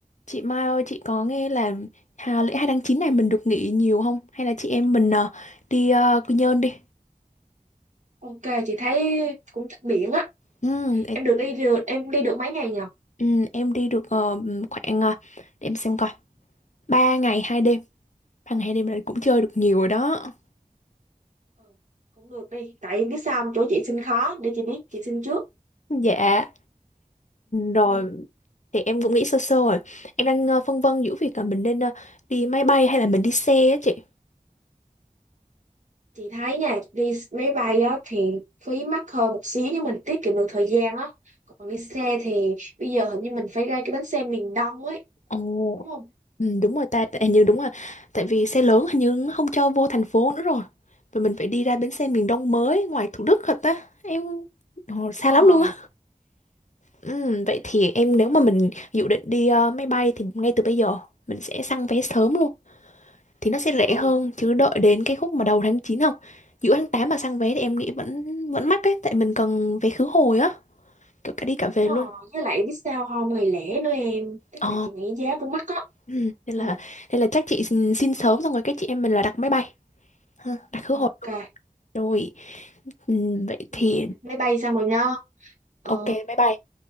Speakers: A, on the left; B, on the right.
A: Chị Mai ơi, chị có nghe là Hà lễ 2 tháng 9 này mình được nghỉ nhiều không? Hay là chị em mình ờ, đi ờ, Quy Nhơn đi?
B: Ok, chị thấy cũng thích biển á.
A: Ừ, ê-
B: Em được đi được, em đi được mấy ngày nhỉ?
A: ừ, em đi được ờ, khoảng, ờ, để em xem coi, 3 ngày 2 đêm. ba ngày 2 đêm là cũng chơi được nhiều rồi đó.
B: Ừ, cũng được đi. Tại biết sao không? Chỗ chị xin khó, để chị biết, chị xin trước.
A: Dạ, rồi
B: Ừ.
A: thì em cũng nghĩ sơ sơ rồi. Em đang ờ, phân vân giữa việc là mình nên ờ, đi máy bay hay là mình đi xe á chị.
B: Chị thấy nha, đi máy bay á thì phí mắc hơn một xíu nhưng mình tiết kiệm được thời gian á. Còn đi xe thì bây giờ hình như mình phải ra cái bến xe miền Đông ấy,
A: Ồ.
B: đúng không?
A: Ừ, đúng rồi ta, tại-
B: Ừ,
A: hình như đúng rồi. Tại vì xe lớn hình như nó không cho vô thành phố nữa rồi. Và mình phải đi ra bến xe miền Đông mới ngoài Thủ Đức thật á. Em Ồ, xa
B: đúng rồi.
A: lắm luôn á. Ừ, vậy thì em nếu mà mình dự định đi ờ, máy bay thì ngay từ bây giờ mình sẽ săn vé sớm luôn. Thì nó sẽ rẻ
B: Ừ,
A: hơn chứ đợi đến cái khúc mà đầu tháng 9 không? Giữa tháng 8 mà săn vé thì em nghĩ vẫn vẫn mắc ấy tại mình cần vé khứ hồi á, kiểu cả đi cả về
B: đúng rồi.
A: luôn.
B: Với lại biết sao không? Ngày lẻ nữa em. Tức
A: Ờ.
B: là chị nghĩ giá cũng mắc á.
A: Ừ, nên
B: Ừ,
A: là nên là chắc chị xin, xin sớm xong rồi cái chị em mình là đặt máy bay. Ha, đặt khứ
B: ok.
A: hồi. Rồi, ừm, vậy
B: Ừ,
A: thì
B: máy bay xong rồi nha. Ờ,
A: ok bye bye.